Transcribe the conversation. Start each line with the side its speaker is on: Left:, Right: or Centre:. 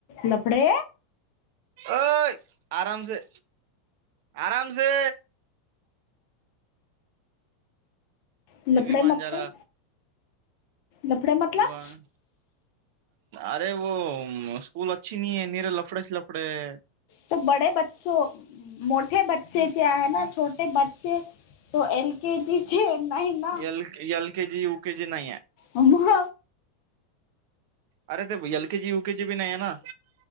Left: लपडे
Right: अय आरामसे आरामसे
Left: लफडेे
Right: विवान
Left: मतलब
Right: जरा
Left: लफडेे मतलब
Right: विवान अरे वो स्कूल अच्छी नही ये नीर लफडेेचं लफडे ये.
Left: ते बडेे बच्चो मोठे ब से ते आहे ना छोटे बच्चे तो एल के जी चे नाही ना
Right: L L K G U K G नाही आहे
Left: मग
Right: अरे ते एल के जी यु के जी बी नाहीये ना